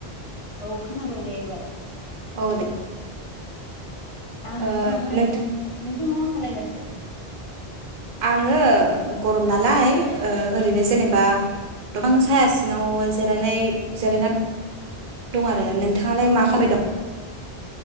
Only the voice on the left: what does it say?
औ खोनाबाय दे एबार।
आं
नोंथांनो
नोंथाङा मा? खालाय गासिनो?